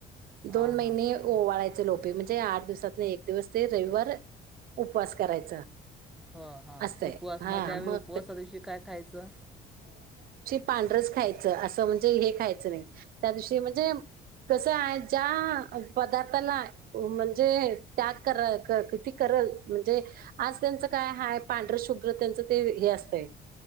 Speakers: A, in the centre; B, on the right (about 60°).
A: हां
B: दोन महिने
A: हां
B: ओ वाढयचे लोपे म्हणजे आठ दिवसात एक दिवस ते रविवार उपवास करायचा
A: हो हा
B: असतंय
A: उपवास
B: हा
A: मग त्यावेळी उपवासा
B: ते
A: दिवशी काय खायचं
B: पांढरच खायचं असं म्हणजे हे खायचं नाही त्या दिवशी म्हणजे कस आहे ज्या पदार्थाला म्हणजे त्याग क किती क म्हणजे आज त्यांचं काय ह पांढर शुभ्र त्यांचं ते हे असतंय